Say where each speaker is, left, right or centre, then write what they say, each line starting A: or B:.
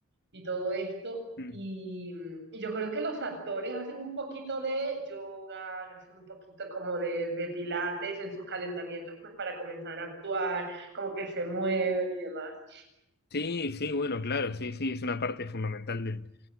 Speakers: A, on the right (about 55°); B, on the left (about 45°).
A: y todo esto.
B: Mm.
A: Y, y yo creo que los actores hacen un poquito de yoga, hacen un poquito como de, de pilates en sus calentamientos, pues para comenzar a actuar, como que se mueven y demás.
B: Sí, sí, bueno, claro, sí, sí, es una parte fundamental del,